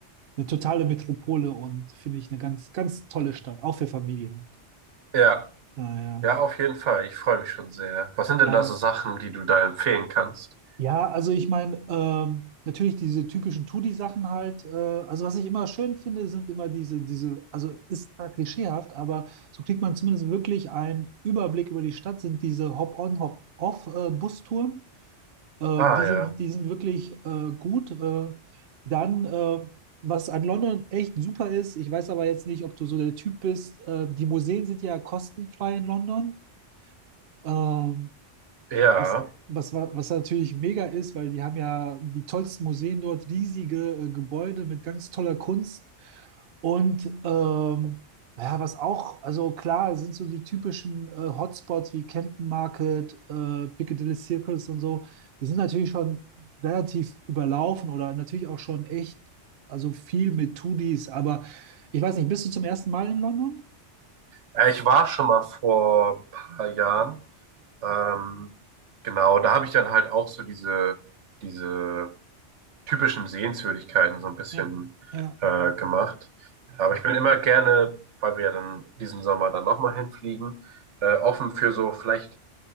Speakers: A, on the right; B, on the right.
A: eine totale Metropole und finde ich eine ganz, ganz tolle Stadt, auch für Familien.
B: Ja,
A: Naja.
B: ja, auf jeden Fall. Ich freue mich schon sehr. Was sind
A: Äh,
B: denn da so Sachen, die du da empfehlen kannst?
A: ja, also ich meine, ähm, natürlich diese typischen Touri sachen halt. Äh, also was ich immer schön finde, sind immer diese, diese, also ist zwar klischeehaft, aber so kriegt man zumindest wirklich einen Überblick über die Stadt, sind diese Hop-on, Hop-off-Bustouren. Ähm,
B: Ah
A: die
B: ja,
A: sind, die sind wirklich äh, gut. Äh, dann, äh, was an London echt super ist, ich weiß aber jetzt nicht, ob du so der Typ bist. Äh, die Museen sind ja kostenfrei in London. Ähm,
B: ja.
A: was, was, wa- was natürlich mega ist, weil die haben ja die tollsten Museen dort, riesige äh, Gebäude mit ganz toller Kunst. Und ähm, naja, was auch, also klar, sind so die typischen äh, Hotspots wie Camden Market, äh, Piccadilly Circus und so, die sind natürlich schon relativ überlaufen oder natürlich auch schon echt, also viel mit Tudis, aber ich weiß nicht, bist du zum ersten Mal in London?
B: Äh, Ich war schon mal vor ein paar Jahren. Ähm, genau, da habe ich dann halt auch so diese, diese typischen Sehenswürdigkeiten so ein bisschen
A: Ja, ja,
B: äh, gemacht. Aber ich bin immer gerne, weil wir dann diesen Sommer dann nochmal hinfliegen, äh, offen für so vielleicht